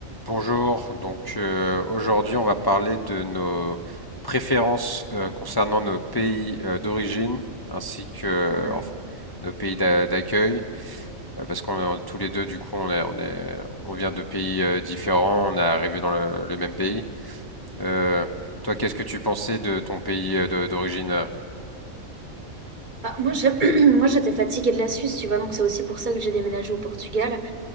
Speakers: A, on the left; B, on the right.
A: Bonjour, donc euh, aujourd'hui on va parler de nos préférences euh, concernant nos pays euh, d'origine ainsi que
B: Ouais.
A: euh, enf- nos pays d'a- d'accueil Euh, parce qu'on est tous les deux du coup on est, on est- on vient de pays euh, différents, on est arrivé dans le, le même pays. Euh, toi qu'est-ce que tu pensais de ton pays euh, de- d'origine?
B: Bah, moi, je- <clears throat> moi, j'étais fatiguée de la Suisse, tu vois, donc c'est aussi pour ça que j'ai déménagé au Portugal.